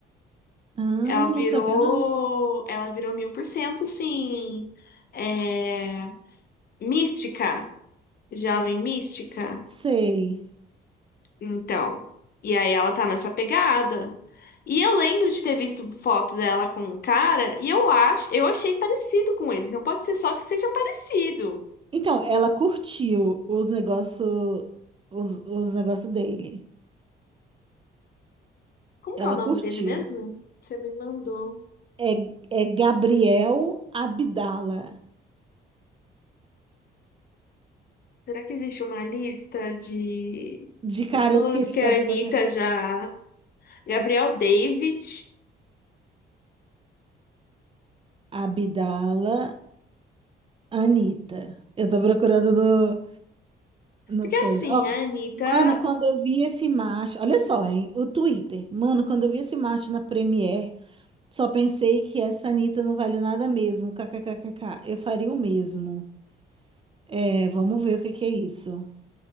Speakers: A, on the right; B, on the left.
A: Ah,
B: Ela virou,
A: não sabia não.
B: ela virou mil por cento, sim, é, mística, jovem mística.
A: Sei.
B: Então, e aí ela tá nessa pegada. E eu lembro de ter visto foto dela com um cara e eu acho, eu achei parecido com ele. Então pode ser só que seja parecido.
A: Então, ela curtiu os negócios os, os negócios dele.
B: Como
A: Ela
B: que é o
A: curtiu.
B: nome dele mesmo? Você me mandou.
A: É, é Gabriel Abdala.
B: Será que existe uma lista de
A: De caras
B: pessoas
A: que ele
B: que
A: já
B: a
A: ficou
B: Anitta
A: aqui.
B: já. Gabriel David.
A: Abdala Anitta. Eu tô procurando no, no
B: Porque
A: coisa.
B: assim,
A: Ó,
B: a Anitta.
A: mano, quando eu vi esse macho. Olha só, hein? O Twitter. Mano, quando eu vi esse macho na Premiere. Só pensei que essa Anitta não vale nada mesmo. KKKKK. Eu faria o mesmo. É, vamos ver o que que é isso.